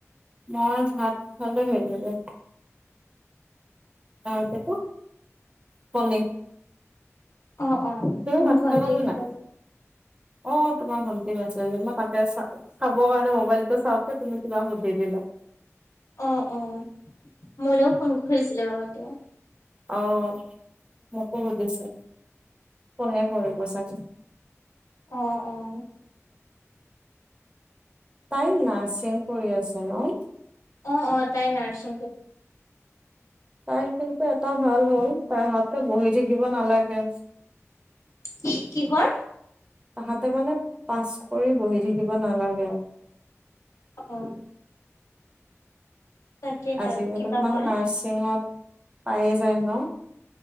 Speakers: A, on the right (about 20°); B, on the left (about 80°).
A: মই ভাত খালো হেৰিৰে। অ, কে শনি
B: অ', অ',
A: তুমি
B: মোৰ
A: ভাত
B: ভন্টিয়ে
A: খালালে
B: কিবা
A: নাই? অ, তোমাৰ ভণ্টি মেছেজ মই তাকে চাব কাৰণে মোবাইল টো চাওঁতে তুমি কিবা সুধি দিলে।
B: অ', অ', মোলৈও ফোন কৰিছিলো বাৰু এতিয়া।
A: আহ মোকো সুধিছে ফোনে কৰিব চাগে।
B: অ', অ',
A: তাই নাৰ চিং কৰি আছে ন।
B: অ', অ', তাই নাৰছং ক
A: তাই কিন্তু এটা ভাল হ'ল তাই হাতে বহি থাকিব নালাগে।
B: কি কিহৰ?
A: তাহাঁতে মানে পাছ কৰি বহি থাকিব নালাগে আৰু
B: অ', তাকেহে
A: আজিকালি
B: আৰু কিবা
A: ইমান
B: হয়
A: নাৰ্ছিঙত পায়ে যায় ন?